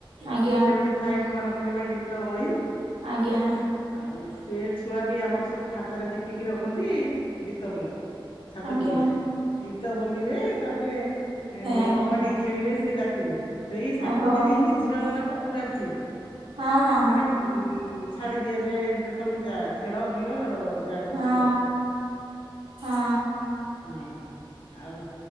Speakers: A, on the right; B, on the left.
A: ଆଜ୍ଞା
B: ସେ ଗୋଟେ ଥାଏ କୁମାର ପୂର୍ଣ୍ଣିମା ଗୀତ ବହି।
A: ଆଜ୍ଞା।
B: ଆଉ ସେ ଛୁଆ ବି ଆମର ସବୁ ଖାତାରେ ଟିପିକି ରଖନ୍ତି ଗୀତ ବୋଲନ୍ତି। ସାତ
A: ଆଜ୍ଞା
B: ଦିନ ଯାଏ ଗୀତ ବୋଲିବେ ତାପରେ ଏ
A: ହେ ଆଜ୍ଞା
B: କବାଡି ଖେଳିବେ ସେଇ ରାତିରେ ସେଇ ସାତ
A: ଓହୋ
B: ଦିନି ହିଁ ଝିଅ ମାନଙ୍କ ପୁରା ଫ୍ରି।
A: ହଁ ହଁ
B: ମାନେ ଉଁ ଛାଡି ଦିଆଯାଏ ଯେ ତମେ ଯା ଖେଳ ବୁଲ। ଯାହା କରୁଛ
A: ହଁ
B: କର
A: ହଁ
B: ହଁ ଆଉ